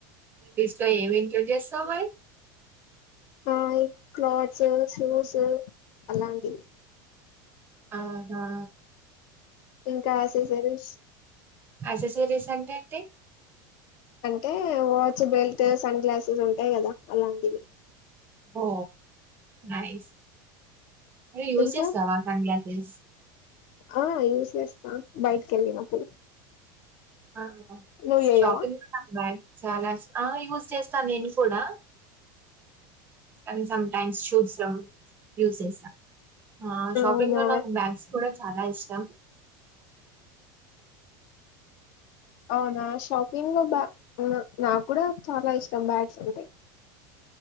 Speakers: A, on the right (about 20°); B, on the left (about 40°).
A: లిస్ట్ లో ఏమి ఇంక్లూడ్ చేస్తావు మరి
B: ఆ క్లాత్స్ షూస్ అలాంటివి
A: ఆహా
B: ఇంకా ఆశే సరేష్
A: యాస శిరీష్ అంటే ఏంటి
B: అంటే వాచ్ బెల్ట్ సన్ గ్లాసెస్ ఉంటాయి కదా అలాంటివి
A: ఓ నైస్ అరే యూస్
B: ఇంకా
A: చేస్తావా సన్ గ్లాసెస్ ప్లేస్
B: ఆ యూసేస్తా బయటికి వెళ్ళినప్పుడు
A: అ హ
B: నువ్వు చేయవా
A: షోపింగ్లా బాల్ చాలా యూస్ చేస్తా నేను కూడా కనీసం టైమ్స్ షుట్ లో యూస్ చేస్తా ఆ షాపింగ్
B: అవునా
A: లో నాకు బ్యాగ్స్ కూడా చాలా ఇష్టం
B: అవునా షాపింగ్ లో బ నాకు కూడా చాలా ఇష్టం బ్యాగ్స్ అంటే